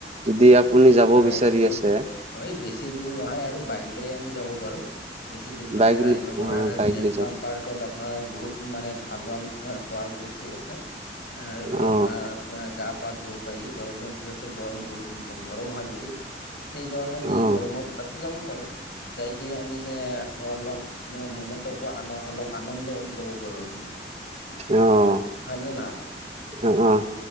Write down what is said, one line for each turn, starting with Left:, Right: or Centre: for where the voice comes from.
Right: যদি আপুনি যাব
Left: হয়
Right: বিচাৰি
Left: সেইটো
Right: আছে।
Left: হয়, বেছি দূৰ নহয় আৰু বাইক লৈয়ে আমি যাব পাৰোঁ। বেছি দূৰ নহয়
Right: বাইক
Left: ৰামানৰে
Right: অ বাইক
Left: নেচনেল
Right: লৈ যাম
Left: পাৰ্ক আপোনাৰ বহুত মানে ভাল-ভাল চোৱাৰ বস্তু আছে। আৰু
Right: অ
Left: আপোনাৰ গা পা ধুব পাৰি গৰমত যিহেতু গৰম বহুত গৰম হয় বহুত। সেইকাৰণে আমি
Right: অ
Left: গৰমত তাতে যাব পাৰোঁ। চাই কিনে আমি চ অলপ মনত আ অলপ আনন্দ লব পাৰোঁ আমি।
Right: অ'।
Left: হয় নে নহয়
Right: অ', অ',